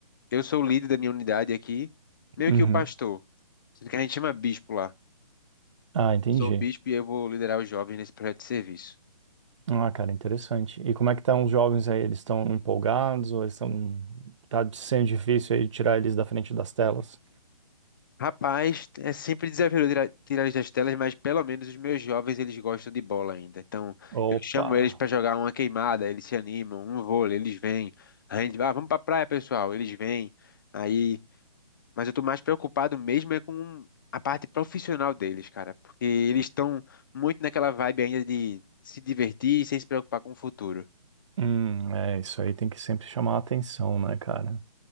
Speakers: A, on the left; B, on the right.
A: Eu sou o líder da minha unidade aqui, meio
B: Uhum.
A: que o pastor. Sendo que a gente chama bispo lá.
B: Ah, entendi.
A: Eu sou o bispo e eu vou liderar os jovens nesse projeto de serviço.
B: Ah, cara, interessante. E como é que estão os jovens aí? Eles estão empolgados ou eles estão... Tá sendo difícil aí tirar eles da frente das telas?
A: Rapaz, é sempre desafiador tirar, tirar eles das telas, mas pelo menos os meus jovens eles gostam de bola ainda. Então,
B: Opa!
A: eu chamo eles para jogar uma queimada, eles se animam, um vôlei, eles vêm. A gente, vai, ah, vamos pra praia, pessoal, eles vêm. Aí Mas eu tô mais preocupado mesmo é com a parte profissional deles, cara. Porque eles estão muito naquela vibe ainda de se divertir sem se preocupar com o futuro.
B: Hum, é, isso aí tem que sempre chamar a atenção, né, cara?